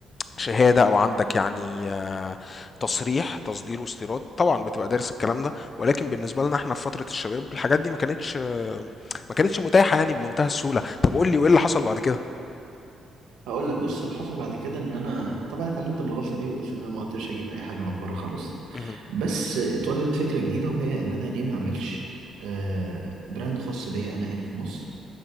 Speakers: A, on the left; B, on the right.
A: شهاده او عندك يعني آه، تصريح تصدير واستيراد طبعا بتبقى دارس الكلام ده ولكن بالنسبه لنا احنا في فتره الشباب الحاجات دي ما كانتش آه، ما كانتش متاحه يعني بمنتهى السهوله طب قول لي وايه اللي حصل بعد كده
B: هقول لك بص اللي حصل بعد كده ان انا طبعا اتعلمت من الغلطه دي وقلت ان انا ما قلتش هجيب اي حاجه من بره خالص
A: مهم.
B: بس اتولدت فكره جديده وهي ان انا ليه ما اعملش آه براند خاص بيا انا هنا في مصر